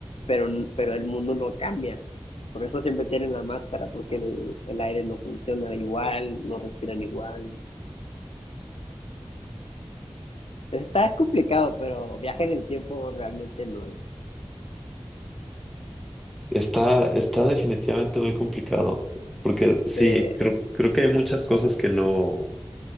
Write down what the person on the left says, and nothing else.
pero, pero el mundo no cambia. Por eso siempre tienen la máscara, porque el, el aire no funciona igual, no respiran igual. Está complicado, pero viaje en el tiempo realmente no es.
Te,